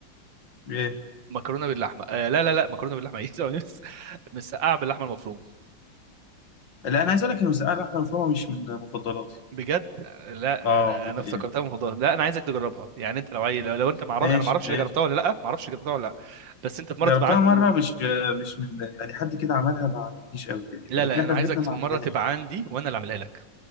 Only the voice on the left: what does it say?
ايه
لا انا عايز اقول لك ان مسقعه لحمه مفرومه مش من مفضلاتي
اه
دي
حقيقه
ماشي
ماشي
جربتها
مره مش مش من يعني حد كده عملها ما عجبتنيش قوي يعني
لكن
احنا
في بيتنا ما
عملناهاش